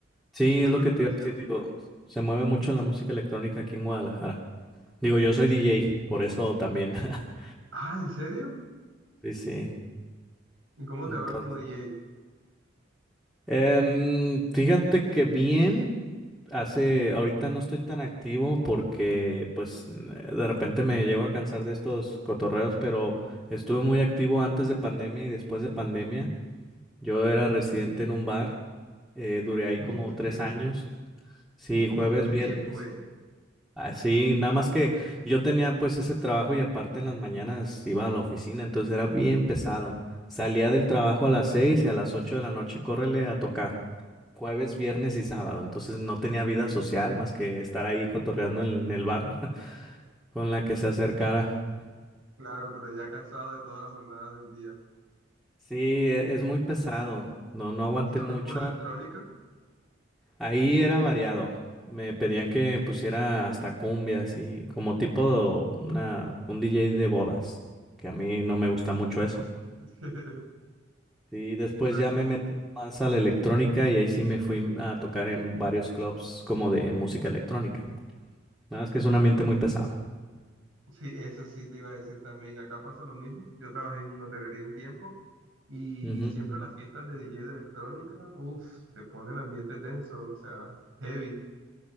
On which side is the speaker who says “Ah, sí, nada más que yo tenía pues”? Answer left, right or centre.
Centre